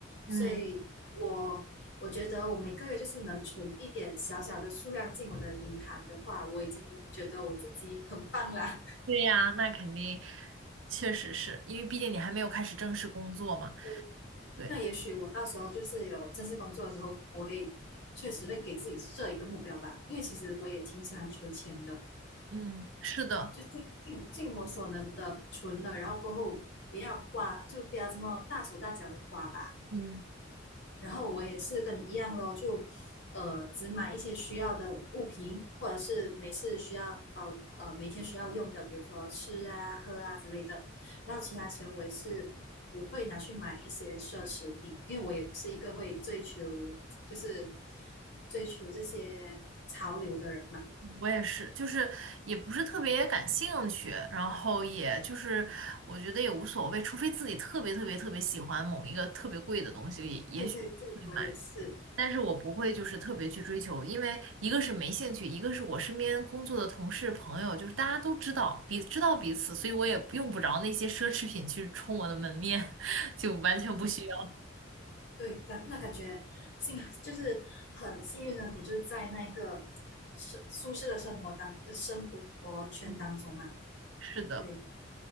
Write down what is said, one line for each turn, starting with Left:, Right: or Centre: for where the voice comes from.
Right: 嗯，
Left: 所以我我觉得我每个月就是能存一点小小的数量进我的银行的话，我已经觉得我自己很棒啦。
Right: 对呀，那肯定，确实是因为毕竟你还没有开始正式工作嘛。
Left: 对，
Right: 对，
Left: 那也许我到时候就是有正式工作的时候，我会确实会给自己设一个目标吧，因为其实我也挺喜欢存钱的，
Right: 嗯是的，
Left: 就尽尽尽我所能的存了，然后过后不要花，就不要这么大手大脚的花吧。
Right: 嗯
Left: 然后我也是跟你一样咯，就呃只买一些需要的物品，或者是每次需要呃每天需要用的，比如说吃啊、喝啊之类的。然后其他钱我也是不会拿去买一些奢侈品，因为我也不是一个会追求就是追求这些潮流的人嘛。
Right: 我也是，就是也不是特别感兴趣，然后也就是我觉得也无所谓，除非自己特别特别特别喜欢某一个特别贵的东西，也也许会买，
Left: 对对对，我也是。
Right: 但是我不会就是特别去追求，因为一个是没兴趣，一个是我身边工作的同事朋友，就是大家都知道彼知道彼此，所以我也不用不着那些奢侈品去冲我的门面，<laughs> 就完全不需要。
Left: 对，感那感觉幸就是很幸运的，你就是在那一个舒舒适的生活当的生活圈当中嘛。
Right: 嗯，是的。
Left: 对，